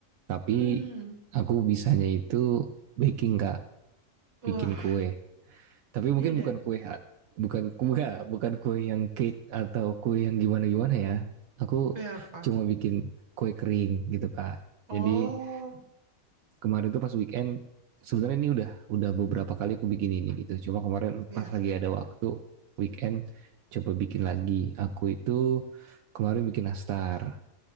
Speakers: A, on the right; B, on the right.
A: Tapi
B: Hmm,
A: aku bisanya itu baking Kak,
B: wah,
A: bikin kue. Tapi mungkin
B: beda
A: bukan
B: nih.
A: kue ha- bukan kue bukan kue yang cake atau kue yang gimana-gimana ya. Aku
B: Kue apa?
A: cuma bikin kue kering gitu, Kak.
B: Oh,
A: Jadi kemarin tuh pas weekend sebenarnya ini udah udah beberapa kali aku bikin ini gitu. Cuma kemarin
B: ya.
A: pas lagi ada waktu weekend coba bikin lagi. Aku itu kemarin bikin nastar.